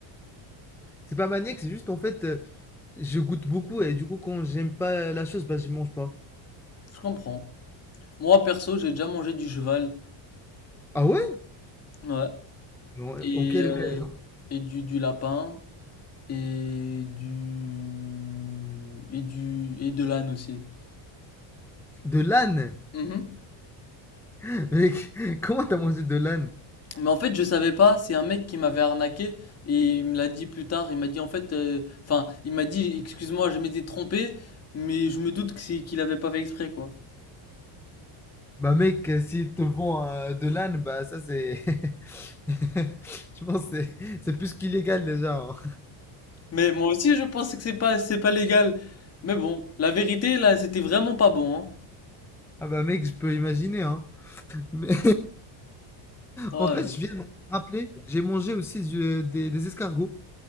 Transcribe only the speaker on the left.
Je comprends. Moi perso, j'ai déjà mangé du cheval,
ouais,
et
euh,
et du, du lapin et du et du et de l'âne aussi.
Mhm.
Mais en fait, je savais pas, c'est un mec qui m'avait arnaqué et il me l'a dit plus tard, il m'a dit en fait euh, enfin, il m'a dit excuse-moi, je m'étais trompé, mais je me doute que c'est qu'il avait pas fait exprès quoi.
Mais moi aussi, je pense que c'est pas, c'est pas légal. Mais bon, la vérité, là, c'était vraiment pas bon, hein.
Oh
là
là.